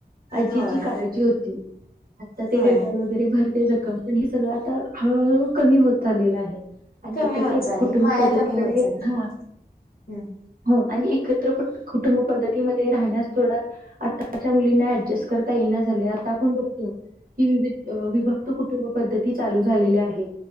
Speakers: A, on the right; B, on the left.
A: आजी
B: होय
A: ची काळजी होती. आता ते
B: होय
A: डेटॉल वगैरे भर जखम पण हे सगळं आता हळूहळू कमी होत चाललेलं आहे. आणि
B: कमी
A: एकत्र
B: होत चालली
A: कुटुंब
B: माया
A: पद्धतीकडे
B: कमी होत चालली
A: हा
B: हम्म
A: हो आणि एकत्र कुटुंब पद्धतीमध्ये राहण्यास थोडा आताच्या मुली त्यांना अड्जस्ट करता येईना झालंय. आता आपण बघतो कि विभक्त कुटुंब पद्धती चालू झालेल्या आहेत.